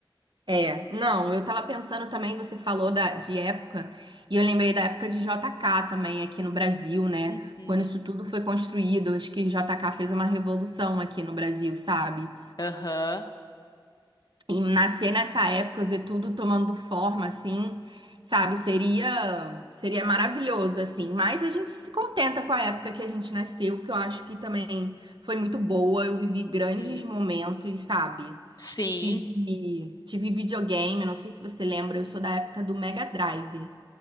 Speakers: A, on the right; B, on the left.
A: É, não, eu tava pensando também, você falou da, de época, e eu lembrei da época de JK também aqui no Brasil, né?
B: Uhum.
A: Quando isso tudo foi construído, acho que JK fez uma revolução aqui no Brasil, sabe?
B: Aham.
A: E nascer nessa época, ver tudo tomando forma, assim, sabe? Seria, seria maravilhoso, assim. Mas a gente se contenta com a época que a gente nasceu, que eu acho que também foi muito boa. Eu vivi grandes
B: Uhum.
A: momentos, sabe?
B: Sim.
A: Tive, tive videogame, não sei se você lembra, eu sou da época do Mega Drive.